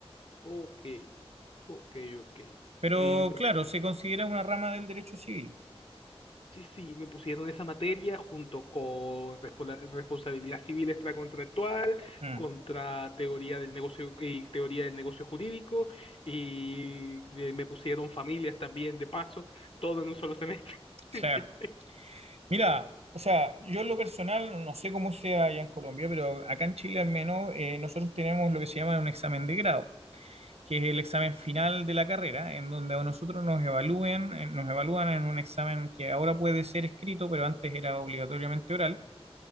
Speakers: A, on the left (about 60°); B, on the right (about 85°).
A: Ok, ok, ok.
B: Pero
A: Eh,
B: claro, se considera una rama del derecho civil.
A: Sí, sí, me pusieron esa materia junto con respola- responsabilidad civil extracontractual,
B: Mm,
A: contra teoría del negocio y teoría del negocio jurídico, y eh, me pusieron familias también de paso, todo en un solo semestre.
B: claro.
A: <laughs>
B: Mira, o sea, yo en lo personal, no sé cómo sea allá en Colombia, pero acá en Chile al menos eh, nosotros tenemos lo que se llama un examen de grado, que es el examen final de la carrera, en donde a nosotros nos evalúen, eh, nos evalúan en un examen que ahora puede ser escrito, pero antes era obligatoriamente oral,